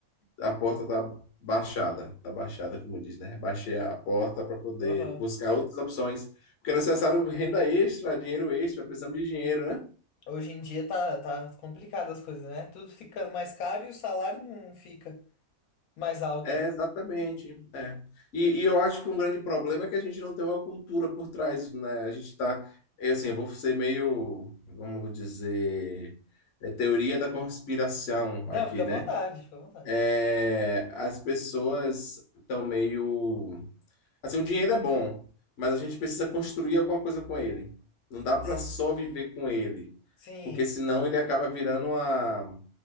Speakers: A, on the left (about 55°); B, on the left (about 75°).
A: A porta tá baixada, tá baixada, como diz, né? Baixei a porta para poder
B: Aham.
A: buscar outras opções, porque é necessário renda extra, dinheiro extra, precisamos de dinheiro, né?
B: Hoje em dia tá, tá complicado as coisas, né? Tudo fica mais caro e o salário não fica mais alto.
A: É, exatamente. É. E, e eu acho que um grande problema é que a gente não tem uma cultura por trás, né? A gente está, eu, assim, eu vou ser meio, vamos dizer, é, teoria da conspiração
B: Não,
A: aqui,
B: fica à
A: né?
B: vontade, fica à vontade.
A: É, as pessoas estão meio Assim, o dinheiro é bom, mas a gente precisa construir alguma coisa com ele. Não dá para
B: S-
A: só viver com ele,
B: Sim,
A: porque senão ele acaba virando uma,